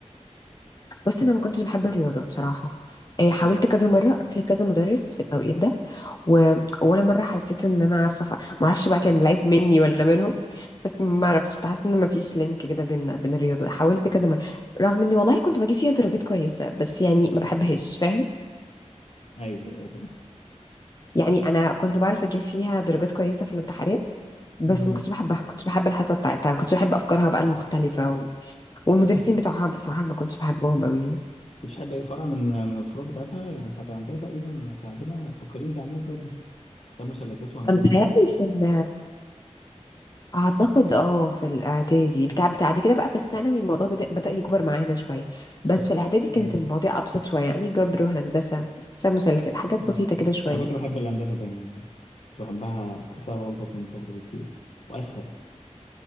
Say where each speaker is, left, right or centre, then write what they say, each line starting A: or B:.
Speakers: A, on the left; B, on the left.
A: بص انا ما كنتش بحب الرياضة بصراحة آه، حاولت
B: مم.
A: كذا مرة اروح لكذا مدرس في التوقيت ده و... ولا مره حسيت ان انا عارفه ف... ما اعرفش بقى كان العيب مني ولا منهم بس ما اعرفش بحس ان ما فيش لينك كده بين بين الرياضه حاولت كذا مره رغم اني والله كنت بجيب فيها درجات كويسه بس يعني ما بحبهاش فاهم
B: ايوه ايوه فاهم.
A: يعني انا كنت بعرف اجيب فيها درجات كويسه في الامتحانات بس
B: مم.
A: ما كنتش بحبها كنت بحب الحصه بتاعتها ما كنتش بحب افكارها بقى المختلفه و... والمدرسين بتوعها بصراحه ما كنتش بحبهم قوي
B: كنتش بحب اي فرع من من الفروع بتاعتها يعني احنا كان عندنا تقريبا كان عندنا فكريني كان عندنا جبر حساب مثلثات وهندسه
A: انا بتهيألي
B: تقريبا
A: في ال اعتقد اه في الاعدادي بتاع بعد كده بقى في الثانوي الموضوع بدأ, بدأ يكبر معانا شويه بس في الاعدادي
B: امم
A: كانت المواضيع ابسط شويه يعني جبر وهندسه حساب مثلثات حاجات
B: اه
A: بسيطه كده شويه
B: انا كنت بحب الهندسه دايما يعني كنت بحبها بحسها الطف من الجبر بكتير واسهل